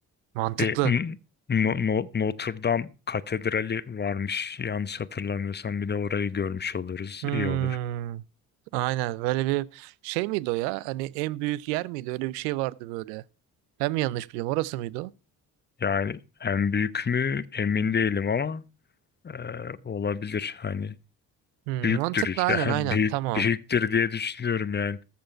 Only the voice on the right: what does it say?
Mantıklı.
Hmm.
Aynen böyle bir şey miydi o ya? Hani en büyük yer miydi? Öyle bir şey vardı böyle. Ben mi yanlış biliyorum? Orası mıydı o?
Hmm,
mantıklı aynen
aynen
tamam.